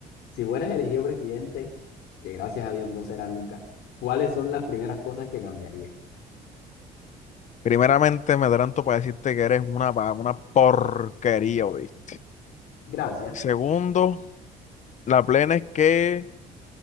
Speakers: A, on the left; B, on the left.
A: Si fueras elegido presidente, que gracias a Dios no será nunca, ¿cuáles son las primeras cosas que cambiarías?
B: Primeramente, me adelanto para decirte que eres una, pa- una porquería, ¿oíste?
A: Gracias.
B: Segundo, la plena es que